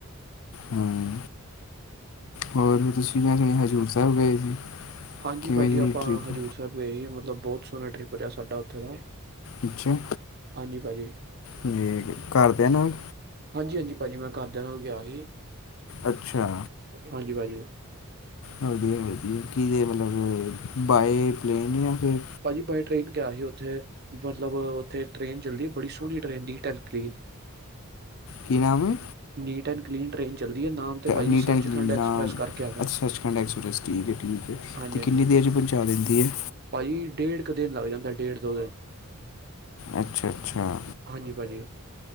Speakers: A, on the left; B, on the right.
A: ਹਾਂ ਹੋਰ ਤੁਸੀਂ ਮੈਂ ਸੁਣਿਆ ਹਜ਼ੂਰ ਸਾਹਿਬ ਗਏ ਸੀ।
B: ਹਾਂਜੀ
A: ਕਿਵੇਂ
B: ਭਾਜੀ
A: ਦੀ
B: ਆਪਾਂ
A: ਟ੍ਰਿਪ
B: ਹਜ਼ੂਰ ਸਾਹਿਬ ਗਏ ਸੀ ਮਤਲਬ ਬਹੁਤ ਸੋਹਣਾ ਟਰਿਪ ਰਿਹਾ ਸਾਡਾ ਉੱਥੇ ਦਾ।
A: ਅੱਛਾ
B: ਹਾਂਜੀ ਭਾਜੀ
A: ਜੀ ਘਰਦਿਆਂ ਨਾਲ।
B: ਹਾਂਜੀ ਹਾਂਜੀ ਭਾਜੀ ਮੈਂ ਘਰਦਿਆਂ ਨਾਲ ਗਿਆ ਸੀ।
A: ਅੱਛਾ।
B: ਹਾਂਜੀ ਭਾਜੀ।
A: ਵਧੀਆ ਵਧੀਆ ਕੀਤੇ ਮਤਲਬ ਬਾਏਪਲੇਨ ਜਾਂ ਫਿਰ
B: ਬਾਏ ਟ੍ਰੇਨ ਗਿਆ ਸੀ ਉੱਥੇ ਮਤਲਬ ਉੱਥੇ ਟ੍ਰੇਨ ਚੱਲਦੀ ਬੜੀ ਸੋਹਣੀ ਟ੍ਰੇਨ ਨੀਟ ਐਂਡ ਕਲੀਨ।
A: ਕੀ ਨਾਮ।
B: ਨੀਟ ਐਂਡ ਕਲੀਨ ਟ੍ਰੇਨ ਚੱਲਦੀ ਹੈ ਨਾਮ ਤੇ ਭਾਜੀ
A: ਨੀਟ
B: ਸੱਚਖੰਡ
A: ਐਂਡ ਕਲੀਨ
B: ਐਕਸਪ੍ਰੈਸ
A: ਨਾਮ
B: ਕਰਕੇ ਹੈਗਾ
A: ਏ ਸੱਚਖੰਡ ਐਕਸਪ੍ਰੈਸ ਠੀਕ ਏ ਠੀਕ ਏ।
B: ਹਾਂਜੀ
A: ਤੇ
B: ਹਾਂਜੀ
A: ਕਿੰਨੀ ਦੇਰ ਚ ਪਹੁੰਚਾ ਦਿੰਦੀ ਹੈ।
B: ਭਾਜੀ ਡੇਢ ਕੁ ਦਿਨ ਲੱਗ ਜਾਂਦਾ ਡੇਢ ਦੋ ਦਿਨ।
A: ਅੱਛਾ ਅੱਛਾ।
B: ਹਾਂਜੀ ਭਾਜੀ